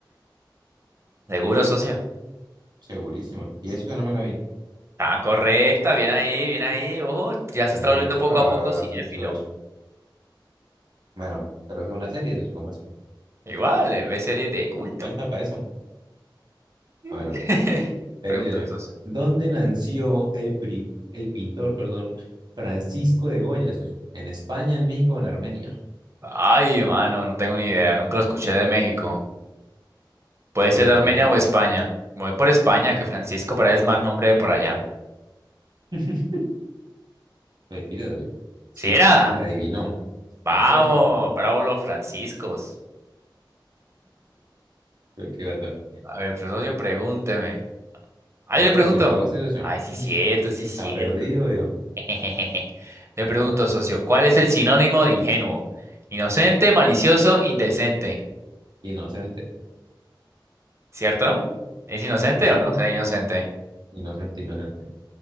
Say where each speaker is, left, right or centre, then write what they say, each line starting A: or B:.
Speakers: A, on the right (about 35°); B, on the right (about 60°).
A: Seguro, socio.
B: segurísimo. Y eso que no me la vi.
A: Ah, correcta, bien ahí, bien ahí. Ojo, ya se
B: Muy
A: está volviendo
B: fácil,
A: poco a poco cinéfilo.
B: socio. Bueno, pero esa es una serie, socio, ¿cómo así?
A: Igual, eh, ve series de culto.
B: Cuenta para eso.
A: Mm.
B: Ah, Bueno,
A: <laughs>
B: Eh,
A: Pregúntame,
B: mira yo.
A: socio.
B: ¿Dónde nació el, pri- el pintor, perdón, Francisco de Goya? socio? ¿En España, en México o en Armenia?
A: Ay, mano, no tengo ni idea, nunca lo escuché de México. Puede
B: Pues
A: ser de Armenia
B: elija
A: o
B: una.
A: España. Me Voy por España, que Francisco Paredes más nombre de por allá.
B: <laughs> Felicidades, socio. Sí,
A: ¿Sí era?
B: la adivinó.
A: Vamos,
B: Con pura suerte.
A: bravo los franciscos.
B: Pero qué gata.
A: A ver, pues, socio, pregúnteme. Ah,
B: No,
A: yo le pregunto.
B: pero si le toca a usted, socio.
A: Ay, sí,
B: Sí,
A: cierto, sí, cierto.
B: está perdido, yo.
A: <laughs> Le pregunto, socio, ¿cuál es el sinónimo de ingenuo? Inocente, malicioso, indecente.
B: Inocente.
A: ¿Cierto? ¿Es inocente
B: Pues sí,
A: o no
B: ¿no?
A: será inocente?
B: Inocente, inocente.